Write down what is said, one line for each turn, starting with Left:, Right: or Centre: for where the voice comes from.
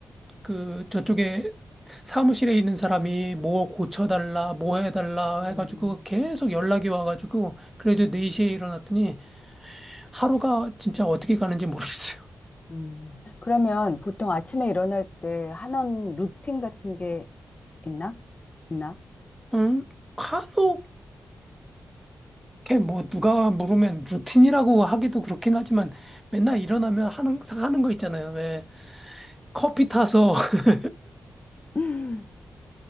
Centre: 그 저쪽에 사무실에 있는 사람이 뭐 고쳐달라, 뭐 해달라
Left: 음,
Centre: 해가지고 계속 연락이 와가지고, 그래도 4시에 일어났더니 하루가 진짜 어떻게 가는지 모르겠어요.
Left: 음, 그러면 보통 아침에 일어날 때 하는 루틴 같은 게 있나? 있나?
Centre: 응? 간혹 이렇게 뭐 누가 물으면 루틴이라고 하기도 그렇긴 하지만 맨날 일어나면 하는 항상 하는 거 있잖아요. 왜 커피 타서 <laughs>
Left: <laughs>